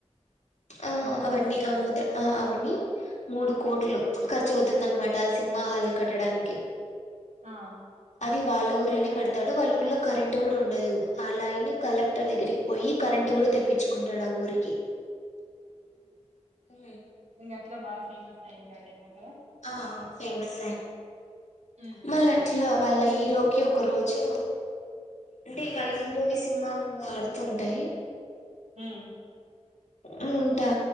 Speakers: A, on the left; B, on the right.
A: ఆ
B: అమ
A: అవన్నీ అమ్ముతాడు అ అమ్మి మూడు కోట్లు ఖర్చు అవుతుందనమాట సినిమా హాల్ కట్టడానికి
B: ఆ
A: అది వాళ్ళ ఊర్లోనే కడతాడు వాళ్ళ ఊర్లో కరెంటు కూడా ఉండదు అలాని కలెక్టర్ దగ్గరికి పోయి కరెంటు కూడా తెప్పించుకుంటాడు ఆ ఊరికి ఉ
B: ఇంగ అట్లా బా ఫేమస్ అయింటాడు ఏమో కదా
A: ఆ ఫేమస్
B: హ్మ్
A: మళ్ళ అట్లా వాళ్ళ హీరోకి ఒక రోజు అంటే వాళ్ళ హీరోవి సినిమా వాడుతుంటాయ్
B: హ్మ్
A: ఆ ఉంటా